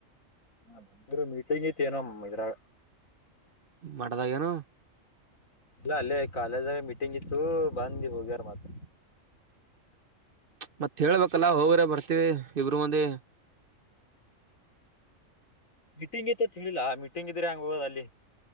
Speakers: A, on the left; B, on the right.
A: ಹ ನರು ಮೀಟಿಂಗ್ ಐತೆ ಏನೋ ಇದ್ರಾಗ
B: ಮಟದಾಗನು
A: ಇಲ್ಲ ಅಲ್ಲೇ ಕಾಲೇಜಾಗ ಮೀಟಿಂಗ್ ಇತ್ತು ಬಂದ ಹೋಗ್ಯಾರ ಮಾತ್ರ
B: ಮತ್ತತ್ ಹೇಳ್ಬೇಕಲ್ಲ ಹೋಗ್ರೆ ಬರ್ತೇವಿ ಇಬರು ಮಂದಿ
A: ಮೀಟಿಂಗ್ ಇತ ತಿಿಲ್ಲಾ ಮೀಟಿಂಗ್ ಇದ್ರೆ ಹಂಗ ಹೋದ ಅಲ್ಲಿ